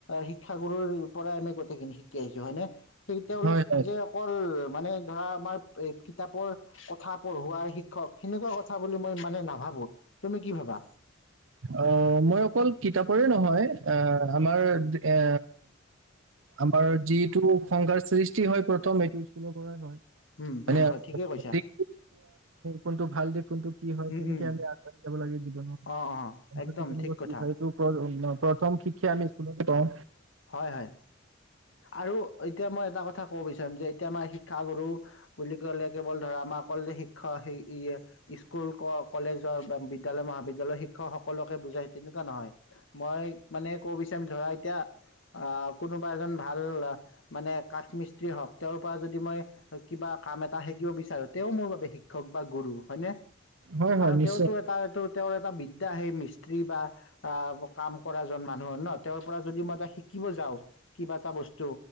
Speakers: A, on the left (about 75°); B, on the right (about 80°).
A: শিক্ষাগুৰুৰ পৰাই আমি খিনি শিকি আহিছো হয় নে? সেইটো অলপ
B: হয়
A: যে অকল মানে ধৰা আমাৰ কিতাপৰ কথা পঢ়োৱা শিক্ষক সেনেকুৱা কথা বুলি মই মানে নাভাবো তুমি কি ভাবা
B: অ মই অকল কিতাপৰে নহয় আহ আমাৰ এ আমাৰ যিটো <unintelligible> সংসাৰ সৃষ্টি হয় প্ৰথম এইটো স্কুলৰ পৰাই হয় <inaudible>
A: উম
B: এনেই
A: উম হয় ঠিকেই কৈছা
B: কোনটো ভাল দি কোনটো কি হয়
A: উম
B: কেনেকে
A: উম
B: আমি আগবাঢ়ি যাব লাগে জীৱনত
A: অ অ একদম
B: কটো তিনি
A: ঠিক
B: বস্তু
A: কথা
B: খাইছো <unintelligible> প্ৰথম শিক্ষা আমি স্কুলতে পাওঁ
A: হয় হয় আৰু এতিয়া মই এটা কথা ক'ব বিচাৰিম যে এতিয়া আমাৰ শিক্ষাগুৰু বুলি ক'লে কেৱল ধৰা আমাৰ অ শিক্ষক স্কুল ক কলেজৰ বা বিদ্যালয় মহাবিদ্যালয়ৰ শিক্ষকসকলোকে বুজাই তেনেকুৱা নহয় মই মানে ক'ব বিচাৰিম ধৰা এতিয়া আহ কোনোবা এজন ভাল মানে কাঠ মিস্ত্ৰী হওক তেওঁৰ পৰা যদি মই কিবা কাম এটা শিকিব বিচাৰো তেও মোৰ বাবে শিক্ষক বা গুৰু হয়নে?
B: হয়
A: কাৰণ
B: হয় নিশ্চয়
A: তেওঁতো এটা এটো তেওঁৰ এটা বিদ্যা সেই মিস্ত্ৰী বা আ কাম কৰা মানুহ ন তেওঁৰ পৰা যদি মই শিকিব যাওঁ কিবা এটা বস্তু